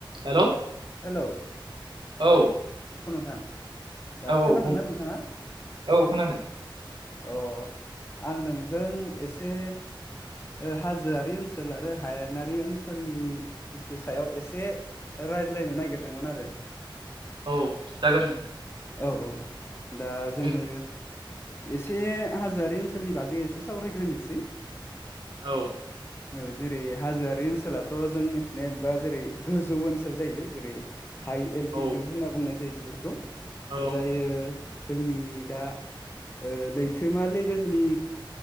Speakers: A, on the right (about 65°); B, on the left (about 25°).
A: Hello
B: hello
A: औ
B: थां ओ
A: औ
B: खोनादोंना
A: बुं
B: नोंथाङा
A: औ खोनादों
B: अ आं नोंजों एसे ओ हाजोआरि ओनसोल आरो हायेनारि ओनसोलनि एस सायाव एसे एसे रायज्लायनो नागिरदोंमोन आरो।
A: औ जागोन नोंथां
B: औ औ दा जोङो
A: बुं
B: एसे हाजोआरि ओनसोलनि बागै एसे सावरायग्रोनोसै।
A: औ।
B: ओ जेरै हाजोआरि ओनसोलाथ जों मिथिनायबा जेरै गोजौ ओनसोल जायो जेरै हाइ एल्टिटिउड
A: औ
B: होनना बुंनाय जायो बेफोरखौ
A: औ
B: जायो जोंनि दा ओ लैथोमा लेबेलनि